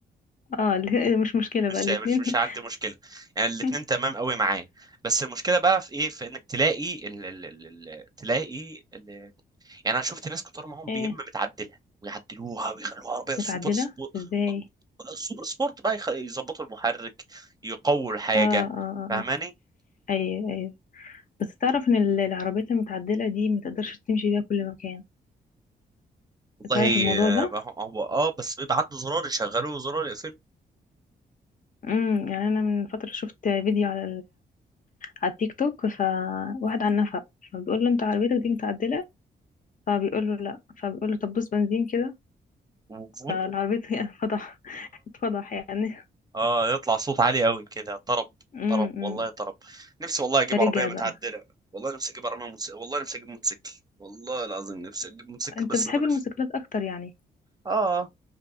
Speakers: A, on the left; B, on the right.
A: اه ال- <laughs> مش مشكلة
B: مش
A: بقى الاتنين
B: مش مش عندي مشكله يعني الاتنين
A: <laughs>
B: تمام قوي معايا بس المشكله بقى في ايه في انك تلاقي ال ال ال ال تلاقي ال يعني انا شفت ناس كتار معاهم
A: ايه
B: بي ام متعدله ويعدلوها ويخلوها عربيه سوبر
A: متعدلة
B: سبورت
A: ازاي
B: سوبر سبورت بقى يخ- يظبطوا المحرك يقووا الحاجه
A: اه اه اه
B: فاهماني
A: آه. ايوه ايوه بس تعرف ان ال- العربيات المتعدلة دي متقدرش تمشي بيها كل مكان
B: والله
A: تعرف الموضوع
B: آه،
A: ده
B: هو اه بس بيبقى عنده زرار يشغله وزرار يقفله
A: امم يعني انا من فترة شفت فيديو على على التيك توك فواحد على النفق فبيقول له انت عربيتك دي متعدلة فبيقول له لا فبيقول له طب دوس بنزين كده
B: وفور.
A: فالعربية <laughs> اتفضح اتفضح يعني
B: اه يطلع صوت عالي قوي كده طرب
A: امم
B: طرب
A: امم.
B: والله طرب نفسي والله اجيب
A: فرجع
B: عربيه متعدله
A: بقى
B: والله نفسي اجيب عربيه متس... والله نفسي اجيب موتوسيكل والله العظيم نفسي اجيب موتوسيكل
A: انت
B: بس
A: بتحب
B: بلاش
A: الموتوسيكلات اكتر يعني
B: اه